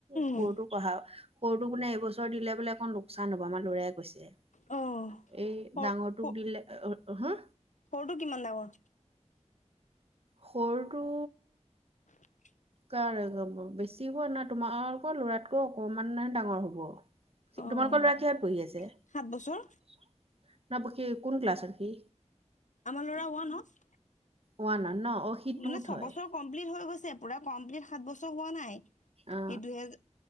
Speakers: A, on the right; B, on the left.
A: সৰুটোক।
B: উম।
A: পঢ়া সৰুটোক কোনে এইবছৰ দিলে বোলে অকণ লোকচান হব আমাৰ লৰায়ই কৈছে
B: অ',
A: এই
B: সৰ
A: ডাঙৰটোক
B: স
A: দিলে এ অ হো
B: সৰুটো কিমান দাঙৰ
A: সৰুটো
B: <unintelligible>
A: কাৰ ওখহব বেছি হোৱা নাই তোমালোকৰ ল'ৰাতকৈ অকণমান ডাঙৰ হ'ব।
B: অ',
A: তোমালোকৰ ল'ৰাৰ কিহত পঢ়ি আছে?
B: সাত বছৰ
A: না কোন ক্লাছত সি
B: আমাৰ ল'ৰা ওৱানত।
A: ওৱানত ন অঁ সি
B: মানে
A: টুত
B: ছয়
A: হয়।
B: বছৰ কমপ্লিট হৈ গৈছে পুৰা কমপ্লিট সাত বছৰ হোৱা নাই সি
A: অ
B: দুহেজাৰ